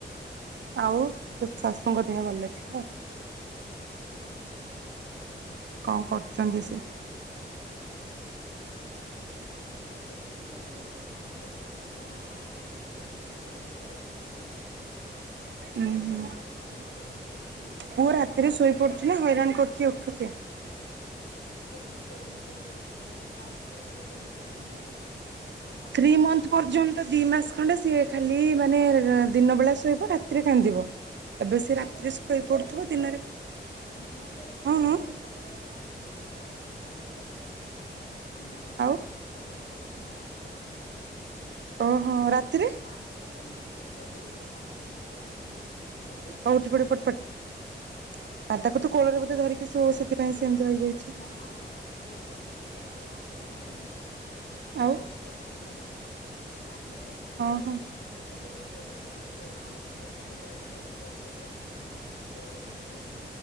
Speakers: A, on the right (about 85°); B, on the left (about 60°).
A: ଆଉ ତୋ ଶାଶୁଙ୍କ ଦେହ ଭଲ ଅଛି ତ?
B: ହଁ ଭଲ ଅଛି।
A: କଁ କରୁଛନ୍ତି ସେ?
B: ଶୋଇଥିଲେ ଏବେ ବୋଧେ ଉଠିକି ଗଲେ କି କଣ ଛାତ କୁ ଲୁଗା ତୋଳି ଯାଇଥିବେ।
A: ଉଁ
B: ଏବେ
A: ହୁଁ
B: ବାସନ ମଜା ମଜି ବାସନ ପଡିଥିଲା
A: ପୁଅ
B: ଟିକେ
A: ରାତିରେ
B: ମାଜିବି।
A: ଶୋଇ ପଡୁଛି ନା ହଇରାଣ କରୁଛି ଉଠୁଚି?
B: ଏବେ ଶୋଉଛି ତ ଏ କେତେ ଦିନ ହେଲା ଫାଷ୍ଟରେଟର ଶୋଉନଥିଲା ଦିନ ରା ତି ଓ ସ
A: ଥ୍ରୀ ମନ୍ଥ ପର୍ଯ୍ୟନ୍ତ ଦି ମାସ ଖଣ୍ଡେ ସିଏ ଖାଲି ମାନେ ଦିନ ବେଳା ଶୋଇବ ରାତିରେ କାନ୍ଦିବ। ଏବେ
B: ଦିନ
A: ସେ ରାତିରେ
B: ବେଳା ବି
A: ଶୋଇପଡୁଥିବ
B: ଶୁଏ ନେଇଁ
A: ଦିନରେ
B: ଦିନ ବେଳେ ବି
A: ହଁ
B: ସେ
A: ହଁ
B: ଶୁଏ ନେହିଁ ଲୋ ମା। ଦିନ ବେଳେ ଟୋଟାଲ ଶୁଏ ନେଇଁ ସେ ଦିନରେ
A: ଆଉ
B: ଆଖି ପଲ ପ କାଏ ନା
A: ଓହୋ ରାତିରେ
B: ପାଞ୍ଚ ଦଶ ମିଟ ସେ ଶୋଇବେନି ପାଞ୍ଚ ମିନିଟିଆ ଦଶ ମିନିଟିଆ। ଶୋଇବ ଉଠିବ
A: ଆଉଠିପଡ଼ିବ
B: ଶୋଇବ ଉଠିବ
A: ପଟପାଟ
B: ଏମିତି ହଁ
A: ଆ ତାକୁ ତୁ କୋଳ ରେ ବୋଧେ ଧରିକି ଶୋଉ ସେଥିପାଇଁ ସେମିତି ହୋଇଯାଇଚି।
B: ନା ନା ନା କୋଳରେ ମୁଁ ତାକୁ ଧର ଅଭ୍ୟାସ ନୁହେଁ। କିନ୍ତୁ
A: ଆଉ
B: ସେ ଉଠିବ କାନ୍ଦିବ, କାନ୍ଦିବ ତାକୁ ଟିକେ
A: ହଁ ହଁ।
B: ଝୁଲେଇବୁ ଇଏ କରିବୁ, କିନ୍ତୁ ଆଉ ତାପରେ ସିଏ ଶୋଇନଥିବ ତୁ କୁଆଡୁ ଶୋଇପାରିଵୁ କି, ଯଉ ଉଠିନେ ବି